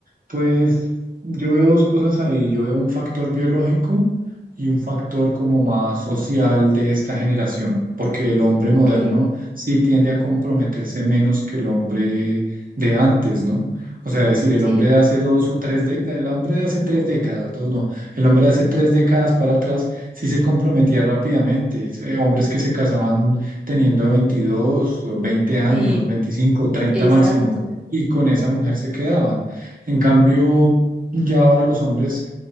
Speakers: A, on the right; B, in the centre.
A: Pues yo veo dos cosas ahí. Yo veo un factor biológico y un factor como más social de esta generación, porque el hombre moderno
B: Ok,
A: sí tiende a comprometerse menos que el hombre de antes, ¿no? O sea, decir, el
B: sí,
A: hombre de hace dos o tres, de- el hombre de hace tres décadas, dos no, el hombre de hace tres décadas para atrás sí se comprometía rápidamente. Eh, Hombres que se casaban teniendo 22 o 20 años,
B: Sí,
A: 25, 30
B: exacto.
A: máximo, y con esa mujer se quedaban. En cambio, ya ahora los hombres